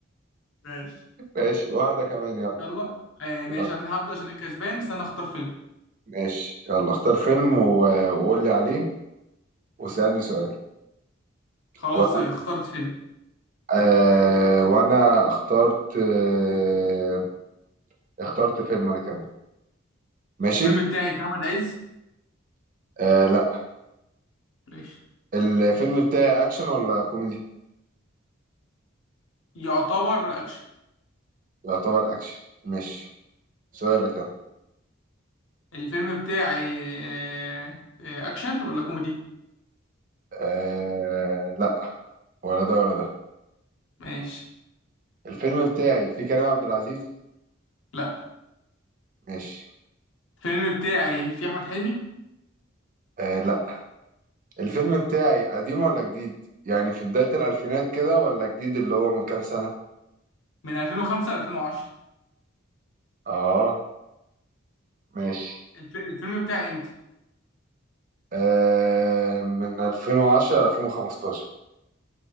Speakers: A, on the left; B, on the right.
A: ماشي
B: ماشي واحدة كمان يلا
A: يلا آه ماشي
B: يلا
A: انا هبدأ عشان الكسبان استنى اختار فيلم
B: ماشي يلا اختار فيلم و- وقول لي عليه واسألني سؤال
A: خلاص
B: وانا
A: آه، اخترت فيلم
B: آه وانا اخترت آه اخترت فيلم انا كمان ماشي
A: الفيلم بتاعي كان احمد عز
B: آه لا
A: ماشي
B: الفيلم بتاعي اكشن ولا كوميدي
A: يعتبر اكشن
B: يعتبر اكشن ماشي سؤالك يلا
A: الفيلم بتاعي آه آه، اكشن ولا كوميدي
B: آه لا ولا ده ولا ده
A: ماشي
B: الفيلم بتاعي فيه كريم عبد العزيز
A: لا
B: ماشي
A: الفيلم بتاعي فيه احمد حلمي
B: آه لا الفيلم بتاعي قديم ولا جديد يعني في بداية الألفينات كده ولا جديد اللي هو من كام سنة
A: من 2005 ل 2010
B: اه ماشي
A: الف... الفيلم بتاعي امتى
B: آه من 2010 ل 2015